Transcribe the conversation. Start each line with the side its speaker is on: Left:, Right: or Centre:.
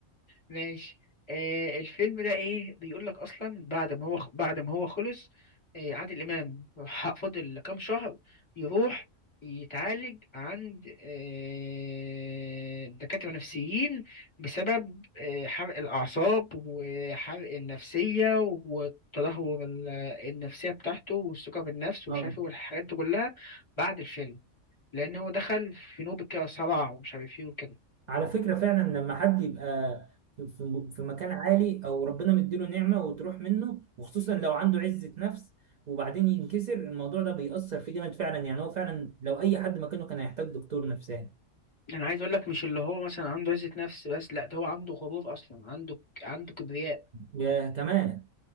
Left: ماشي آه الفيلم ده ايه بيقول لك اصلا بعد ما هو بعد ما هو خلص آه عادل امام ح- فضل كام شهر يروح يتعالج عند آه دكاترة نفسيين بسبب آه حرق الأعصاب وحرق النفسية والتدهور ال- النفسية بتاعته والثقة بالنفس ومش
Right: اه
Left: عارف ايه والحاجات دي كلها بعد الفيلم لأن هو دخل في نوبة كده صراع ومش عارف ايه وكده
Right: على فكرة فعلا لما حد يبقى في في- في مكان عالي او ربنا مديله نعمة وتروح منه وخصوصا لو عنده عزة نفس وبعدين ينكسر الموضوع ده بيأثر فيه جامد فعلا يعني هو فعلا لو اي حد مكانه كان هيحتاج دكتور نفساني
Left: ده انا عايز اقول لك مش اللي هو مثلا عنده عزة نفس بس لا ده هو عنده غرور اصلا عنده ك- عنده كبرياء
Right: يا كمان